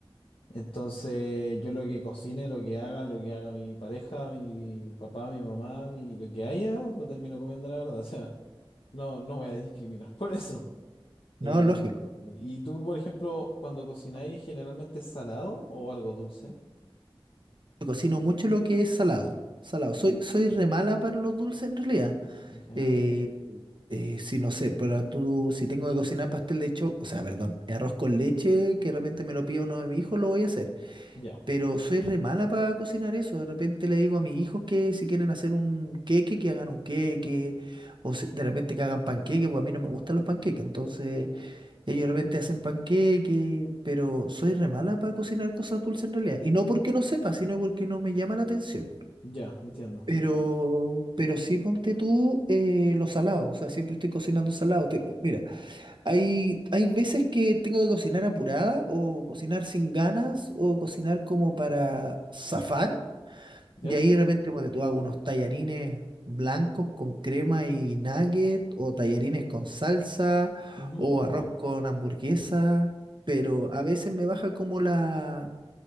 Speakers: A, on the left; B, on the right.
A: Entonces, yo lo que cocine, lo que haga, lo que haga mi pareja, mi papá, mi mamá, mi, lo que haya, lo termino comiendo, la verdad. <laughs> O sea, no, no voy a discriminar <laughs> por eso.
B: No,
A: Eh,
B: lógico.
A: ¿y tú, por ejemplo, cuando cocináis,
B: Yo
A: generalmente es salado o algo dulce?
B: Cocino mucho lo que es salado. Salado. Soy, soy re mala para los dulces en realidad.
A: Ya,
B: Eh, Eh, sí, no sé, pero tú, si tengo que cocinar pastel de cho, o sea, perdón, arroz con leche, que de repente me lo pide uno de mis hijos, lo voy a hacer.
A: ya,
B: Pero soy re mala para cocinar eso. De repente le digo a mis hijos que si quieren hacer un queque, que hagan un queque. O si, de repente que hagan panqueque, pues a mí no me gustan los panqueques. Entonces, ellos de repente hacen panqueque, pero soy re mala para cocinar cosas dulces en realidad. Y no porque no sepa, sino porque no me llama la atención.
A: ya, entiendo.
B: Pero, pero sí ponte tú eh, lo salado, o sea, siempre estoy cocinando salado. Te- mira, hay, hay veces que tengo que cocinar apurada o cocinar sin ganas o cocinar como para zafar.
A: Ya
B: Y
A: sí.
B: ahí de repente ponte tú hago unos tallarines blancos con crema y nugget o tallarines con salsa
A: ujú,
B: o arroz con hamburguesa. Pero a veces me baja como la,